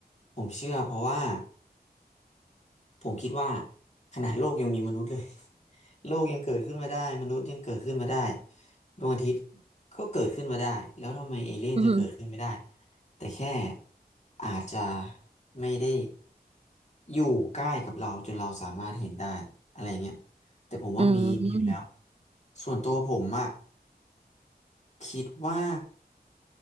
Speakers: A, on the left; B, on the right.
A: ผมเชื่อเพราะว่าผมคิดว่าขนาดโลกยังมีมนุษย์เลย <laughs> โลกยังเกิดขึ้นมาได้มนุษย์ยังเกิดขึ้นมาได้ดวงอาทิตย์ก็เกิดขึ้นมาได้แล้วทำไมเอเลี่ยนจะเกิดขึ้นไม่ได้
B: อืม
A: แต่แค่อาจจะไม่ได้อยู่ใกล้กับเราจนเราสามารถเห็นได้อะไรเงี้ยแต่ผมว่ามีมีอยู่แล้ว
B: อืม
A: ส่วนตัวผมอะคิดว่า